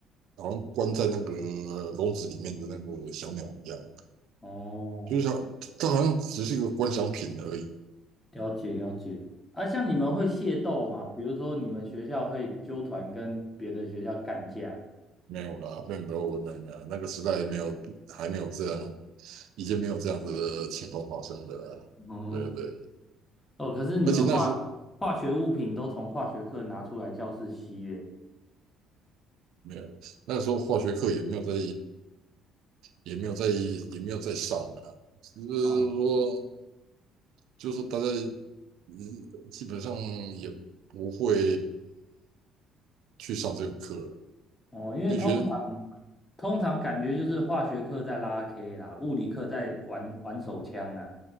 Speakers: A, on the right (about 70°); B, on the left (about 15°).
A: 好像关在那个笼子里面的那个小鸟一样，
B: 哦。
A: 就是像它好像只是一个观赏品而已。
B: 了解了解。啊，像你们会械斗吗？比如说你们学校会纠团跟别的学校干架？
A: 没有啦，没有没有没有没有，那个时代没有还没有这样，已经没有这样子的情况发生了啊。
B: 哦，
A: 对对，
B: 哦，可是你们化
A: 而且那时
B: 化学物品都从化学课拿出来教室吸嘞。
A: 没有，那时候化学课也没有在也没有在也没有在上啊，只是说
B: 啊，
A: 就是说大家嗯基本上也不会去上这个课了，
B: 哦，因为通
A: 因为学
B: 通常感觉就是化学课在拉 K 啦，物理课在玩玩手枪啊。